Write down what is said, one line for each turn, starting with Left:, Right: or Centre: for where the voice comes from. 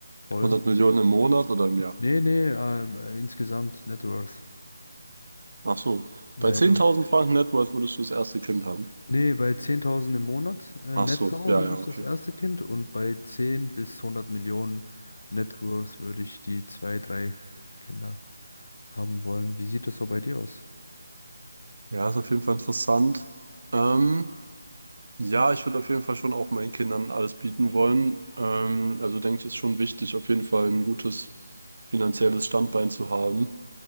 Left: wollen.
Right: 100 Millionen im Monat oder im Jahr?
Left: Nee, nee, ähm, äh, insgesamt Net Worth.
Right: Ach so.
Left: Ja,
Right: Bei 10.000
Left: ja.
Right: Franken Net Worth würdest du das erste Kind haben.
Left: Nee, bei 10.000 im Monat äh,
Right: Ach
Left: netto
Right: so, ja,
Left: würde
Right: ja,
Left: ich
Right: okay.
Left: das erste Kind und bei 10 bis hundert Millionen Net Worth würde ich die zwei, drei Kinder haben wollen. Wie sieht das so bei dir aus?
Right: Ja, ist auf jeden Fall interessant. Ähm, ja, ich würde auf jeden Fall schon auch meinen Kindern alles bieten wollen. Ähm, also denke ich, ist schon wichtig, auf jeden Fall ein gutes finanzielles Standbein zu haben.